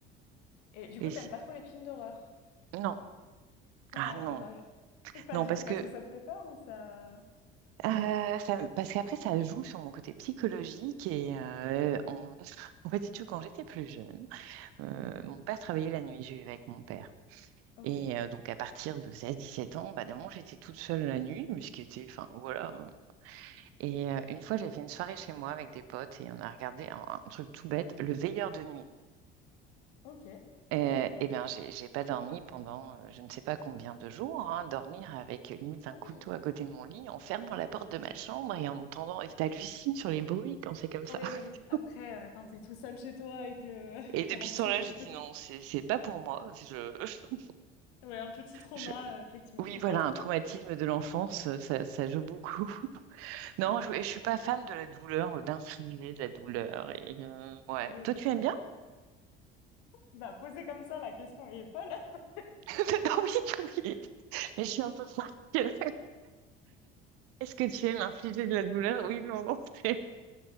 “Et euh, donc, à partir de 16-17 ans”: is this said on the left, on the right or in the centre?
Right